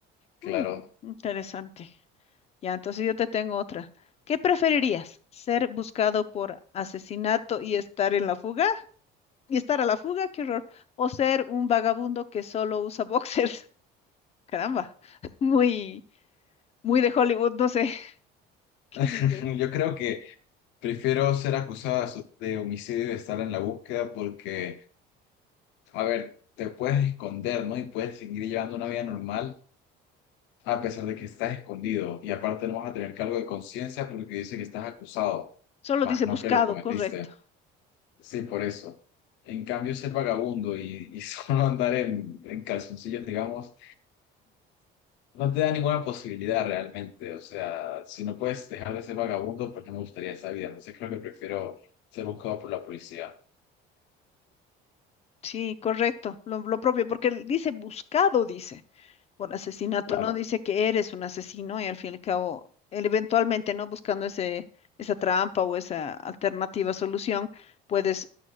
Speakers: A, on the left; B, on the left.
A: Claro.
B: Mm, interesante. Ya, entonces yo te tengo otra. ¿Qué preferirías? ¿Ser buscado por asesinato y estar en la fuga? ¿Y estar a la fuga? ¡Qué horror! ¿O ser un vagabundo que solo usa <laughs> boxers? Caramba, <laughs> muy, muy de Hollywood, no sé <laughs> qué
A: <laughs>
B: dice.
A: Yo creo que prefiero ser acusado de aso- de homicidio y estar en la búsqueda porque, a ver, te puedes esconder, ¿no? Y puedes seguir llevando una vida normal a pesar de que estás escondido. Y aparte no vas a tener cargo de conciencia porque dice que estás acusado,
B: Solo
A: más
B: dice buscado,
A: no que lo cometiste.
B: correcto.
A: Sí, por eso. En cambio, ser vagabundo y, y <laughs> solo andar en, en calzoncillos, digamos, no te da ninguna posibilidad realmente. O sea, si no puedes dejar de ser vagabundo, pues no me gustaría esa vida. Entonces creo que prefiero ser buscado por la policía.
B: Sí, correcto, lo, lo propio, porque él dice buscado, dice, por asesinato,
A: Claro,
B: no dice que eres un asesino y al fin y al cabo, él eventualmente, ¿no? Buscando ese, esa trampa o esa alternativa solución, puedes